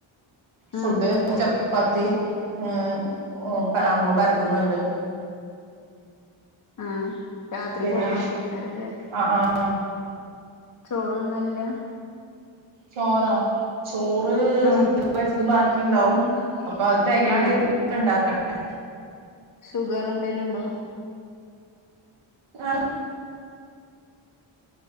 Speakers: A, on the right; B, on the left.
A: ഫുഡ്‌
B: ആഹ്
A: ചപ്പാത്തി ചപ്പാത്തി അമ്മ പരത്തുന്നുണ്ട്
B: ആ രാത്രി
A: പിന്നെ
B: ചപ്പാത്തി ആക്കാറ് അല്ലേ
A: ആഹ് ആഹ്
B: ചോറു തിന്നാലോ
A: ചോറോ ചോറ്
B: ആഹ്
A: ഉച്ചക്ക് വച്ചത് ബാക്കി ഒക്ക ഉണ്ടാവും അപ്പൊ അത് തികയാതെ
B: ആഹ്
A: വരുമ്പോൾ ഉണ്ടാക്കുന്നത് അ
B: ഷുഗർ എന്തേലും ഉണ്ടോ
A: ആ